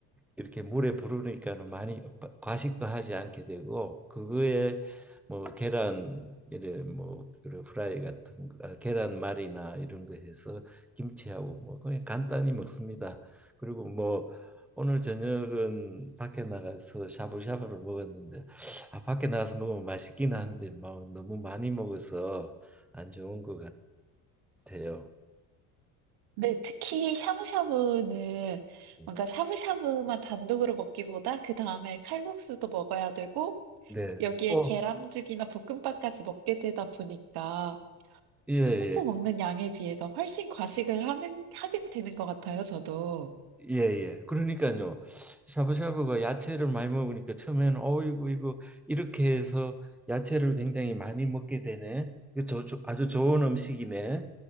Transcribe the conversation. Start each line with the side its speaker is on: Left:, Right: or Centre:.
Centre: 이렇게 물에 부르니까는 많이 과식도 하지 않게 되고 그거에 뭐 계란 이래 뭐 그런 프라이 같은 거, 아, 계란말이나 이런 거 해서 김치하고 뭐 그냥 간단히 먹습니다. 그리고 뭐 오늘 저녁은 밖에 나가서 샤브샤브를 먹었는데 아 밖에 나가서 먹으면 맛있긴 한데 뭐 너무 많이 먹어서 안 좋은 것 같아요.
Right: 네, 특히 샤브샤브는
Centre: 음.
Right: 뭔가 샤브샤브만 단독으로 먹기보다 그 다음에 칼국수도 먹어야 되고
Centre: 네.
Right: 여기에
Centre: 어.
Right: 계란죽이나 볶음밥까지 먹게 되다 보니까
Centre: 예, 예.
Right: 평소 먹는 양에 비해서 훨씬 과식을 하는, 하게 되는 것 같아요, 저도.
Centre: 예예. 그러니까요. 샤브샤브가 야채를 많이 먹으니까 처음에는 어이구 이거 이렇게 해서 야채를 굉장히 많이 먹게 되네. 이거 저, 저- 아주 좋은 음식이네.